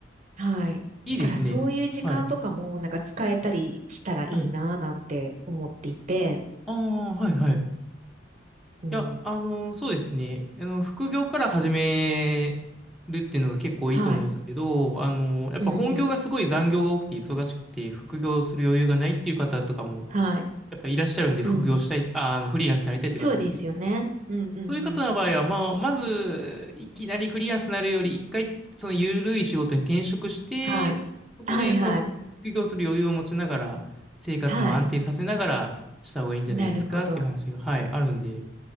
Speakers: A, on the right (about 40°); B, in the centre.
A: はい。
B: いいですね。
A: だからそういう時間とかも、
B: はい。
A: なんか使えたりしたらいいなぁなんて思っていて、
B: はい。ああ、はい、はい。
A: うん。
B: いや、あのーそうですね。あの、副業から始めるっていうのが結構いいと思うんですけど、
A: はい。
B: あのーやっぱ本業がすごい残業が多くて忙しくて、
A: うんうん。
B: 副業する余裕がないっていう方とかも、
A: はい。
B: やっぱいらっしゃるんで、副業したい、
A: うん。
B: あー、あの、フリーランスになりたいっていう方でですね。
A: そうですよね。うんうんうん。
B: そういう方の場合は、まあ、まず、いきなりフリーランスになるより、一回、その緩い仕事に転職して、
A: はい。
B: そこでその副副業する余裕を持ちながら、
A: はいはい。
B: 生活も安定させながらした方がいいんじゃないですかっていう話が、
A: はい。なるほど。
B: はい、あるんで、